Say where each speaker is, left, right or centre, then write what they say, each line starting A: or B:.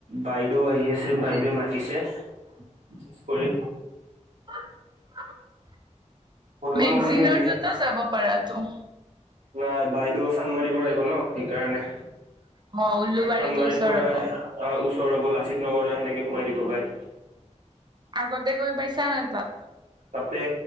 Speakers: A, on the right; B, on the right.
A: বাইদেউ আহি আছে বাইদেউ মাতিছে বিশ কৰি
B: <unintelligible>
A: হনুমান
B: মেগজনৰততো
A: মন্দিৰ বিশেষ
B: যাব পাৰাাতো
A: নাই বাইদেউ চান্দমাৰিব আহিব ন সেইকাৰণে
B: অ উল্লুবাৰীতো
A: চান্মাৰীৰ
B: ওচৰ
A: পৰা
B: হব
A: ওচৰ হ'ব লাচিত নগৰ সেনেকে সোমাই দিব বাই
B: আগতে গৈ পাইছা নাই তাত
A: তাতে